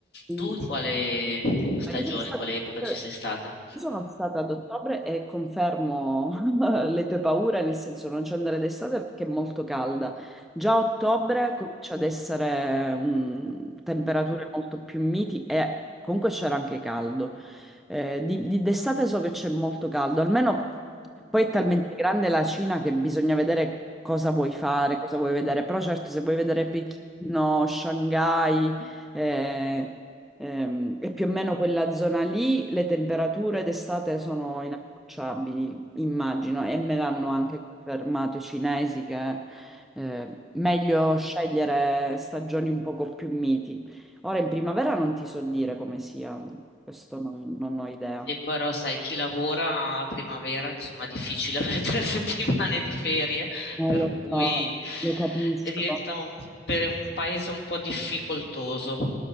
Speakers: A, in the centre; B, on the left.
A: sì,
B: Tu in quale stagione,
A: Ma Io sono stata
B: in quale epoca
A: eh,
B: ci sei stata?
A: io sono stata ad ottobre e confermo <laughs> le tue paure, nel senso non ci andare d'estate perché è molto calda. Già a ottobre comincia ad essere mm, temperature molto più miti e comunque c'era anche caldo. Eh, di di- d'estate so che c'è molto caldo, almeno poi è talmente grande la Cina che bisogna vedere cosa vuoi fare, cosa vuoi vedere. Però certo se vuoi vedere Pechino, Shanghai... eh, Ehm, e più o meno quella zona lì, le temperature d'estate sono inapprocciabili, immagino, e me l'hanno anche confermato i cinesi che eh, meglio scegliere stagioni un poco più miti. Ora in primavera non ti so dire come sia, questo non, non ho idea.
B: E poi però sai, chi lavora a primavera, insomma, è difficile avere <laughs> tre settimane di ferie,
A: Non
B: per
A: lo
B: cui
A: so, lo capisco.
B: e diventa un- per un paese un po' difficoltoso.